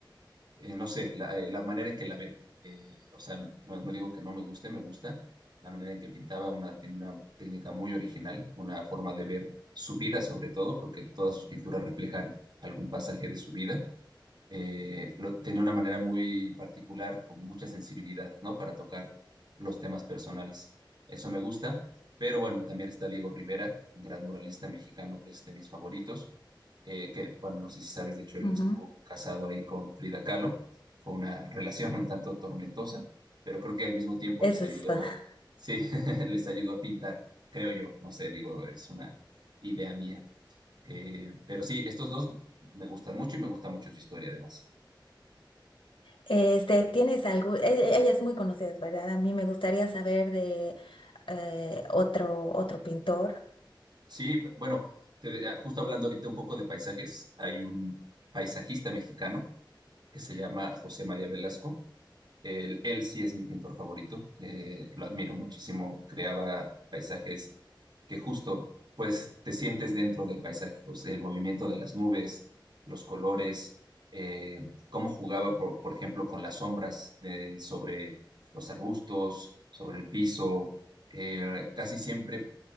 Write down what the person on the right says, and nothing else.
eh, no sé, la, eh, la manera en que la ven. Eh, o sea, no, no digo que no me guste, me gusta la manera en que pintaba, una, tiene una técnica muy original, una forma de ver su vida sobre todo, porque todas sus pinturas reflejan algún pasaje de su vida eh, lo- tenía una manera muy particular, como mucha sensibilidad, ¿no? Para tocar los temas personales. Eso me gusta, pero bueno, también está Diego Rivera, un gran muralista mexicano que es de mis favoritos, eh, que, bueno, no sé si sabes, de hecho, él
estuvo casado ahí con Frida Kahlo. Fue una relación un tanto tormentosa, pero creo que al mismo tiempo
les ayudó,
sí, <laughs> les ayudó a pintar, creo yo, no sé, digo, es una idea mía. Eh, pero sí, estos dos me gustan mucho y me gusta mucho su historia además.
Sí, bueno, te- eh, justo hablando ahorita un poco de paisajes, hay un paisajista mexicano que se llama José María Velasco. Él, él sí es mi pintor favorito, eh, lo admiro muchísimo. Creaba paisajes que justo, pues, te sientes dentro del paisaje, o sea, el movimiento de las nubes, los colores, eh, cómo jugaba, por, por ejemplo, con las sombras de- sobre los arbustos, sobre el piso. eh, casi siempre